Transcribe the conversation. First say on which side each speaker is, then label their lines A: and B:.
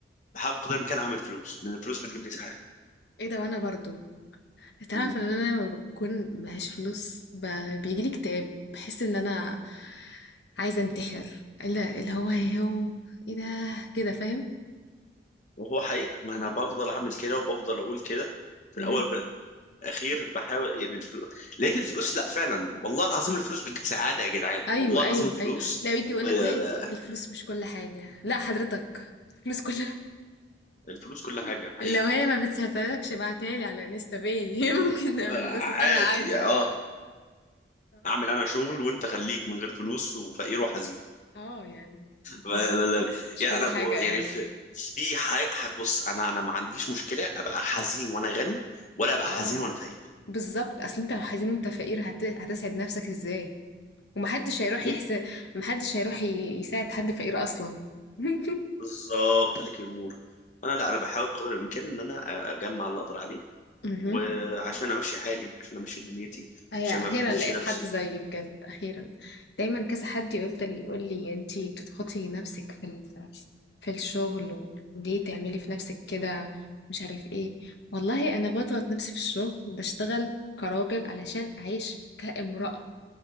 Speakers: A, on the left (about 40°); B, on the left (about 70°).
A: بحاول بقدر الامكان اعمل فلوس لان الفلوس بتجيب لي سعاده
B: ايه ده وانا برضو تعرف
A: مم.
B: ان انا لما بكون معيش فلوس ب... بيجي لي اكتئاب بحس ان انا عايزه انتحر لا اللي هو ايه هو ايه ده كده فاهم
A: وهو حقيقه ما انا بفضل اعمل كده وبفضل اقول كده في
B: مم.
A: الاول وفي الاخير بحاول يعني الفلوس لقيت الفلوس لا فعلا والله العظيم الفلوس بتجيب سعاده يا جدعان
B: ايوه
A: والله العظيم
B: ايوه
A: الفلوس
B: ايوه لا يجي يقول
A: ب-
B: لك
A: ب-
B: واحد الفلوس مش كل حاجه لا حضرتك الفلوس كل
A: الفلوس كل حاجه
B: <laughs>
A: حقيقه
B: لو هي ما بتساعدكش ابعتها لي على انستا باي <laughs> ممكن انبسط
A: آه، عادي
B: انا عادي
A: اه
B: اه
A: اعمل انا شغل وانت خليك من غير فلوس وفقير وحزين
B: آه، يعني
A: لا
B: مم.
A: لا لا
B: مش
A: يعني
B: كل
A: انا
B: حاجه
A: بو
B: قال
A: يعني في في حي... ح- بص انا انا ما عنديش مشكله ابقى حزين وانا غني ولا ابقى
B: اه
A: حزين وانا فقير
B: بالظبط اصل انت لو حزين وانت فقير هت... هتسعد نفسك ازاي ومحدش هيروح
A: مي-
B: يحسن محدش هيروح ي... يساعد حد فقير اصلا <laughs>
A: بالظبط عليك النور انا لا انا بحاول بقدر الامكان ان انا اجمع اللي اقدر عليه
B: مهم.
A: وعشان امشي حالي عشان امشي دنيتي
B: هي
A: عشان ما
B: اخيرا
A: بهدلش
B: لقيت
A: نفسي
B: حد زيي بجد اخيرا دايما كذا حد يفضل يقول لي انتي بتضغطي نفسك في ال... في الشغل و- وليه تعملي في نفسك كده مش عارف ايه والله انا بضغط نفسي في الشغل بشتغل كراجل علشان اعيش كامرأة